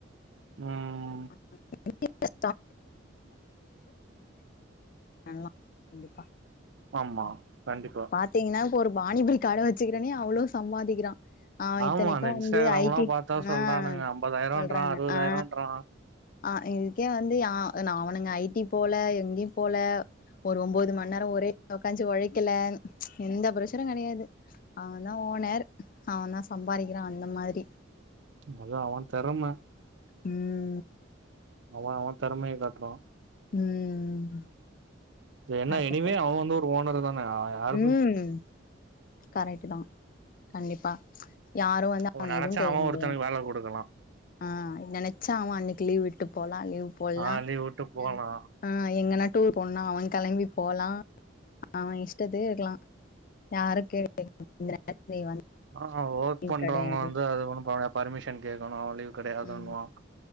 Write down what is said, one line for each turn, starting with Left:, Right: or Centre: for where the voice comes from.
Right: ம்
Left: <inaudible> பண்லா கண்டிப்பா
Right: ஆமா கண்டிப்பா
Left: பாத்தீங்கனா இப்போ ஒரு பானிபூரி கட வச்சிருக்கறனே அவ்ளோ சம்பாதிக்கிறா அ இத்தனைக்கு
Right: ஆமா அந்த இன்ஸ்டாகிராம்லா
Left: வந்து ஐ டி
Right: பாத்தா சொல்றானுங்க
Left: ஆ
Right: ஐம்பதாயிரன்றா
Left: சொல்றாங்க
Right: அறுவதாயிரன்றா
Left: ஆ ஆ இதுக்கே வந்து யா நா அவனுங்க ஐ டி போல எங்கயு போல ஒரு ஒம்போது மண்ணேரோ ஒரே உக்காஞ்சு ஒழைக்கல எந்த பிரச்சன கெடையாது அவந்தா ஓனர் அவந்தா சம்பாரிகறா அந்த மாதுரி
Right: அது அவ தெரம்ம
Left: ம்
Right: அவ அவ திறமைய காட்டுறா
Left: ம்
Right: இப்ப என்ன
Left: கரெக்ட்
Right: எனிவே அவ வந்து ஒரு ஓனர்ரு தான யாரு
Left: ம் கரெக்ட் தா கண்டிப்பா யாரோ வ ந்து
Right: அவ
Left: அவன
Right: நெனச்சா
Left: எதுவு கேட்க
Right: அவ
Left: முடியாது
Right: <unintelligible> குடுக்கலா
Left: ஆ நெனச்சா அவ அன்னிக்கு லீவ் விட்டு போலா லீவ் போடலா
Right: ஆ லீவ் விட்டு போலா
Left: <inaudible> ஆ எங்கன்னா டூர் போணுனா அவ கெளம்பி போலா அவ இஷ்டத்துக்கு இருக்கலா யாருக்கு <inaudible>
Right: ஆ ஒர்க் பண்றவங்க
Left: கெடையாது
Right: வந்து அது ஒண்ணு <unintelligible> பர்மிஷன் கேக்கணு லீவ் கெடையாதுன்னுவா
Left: ம்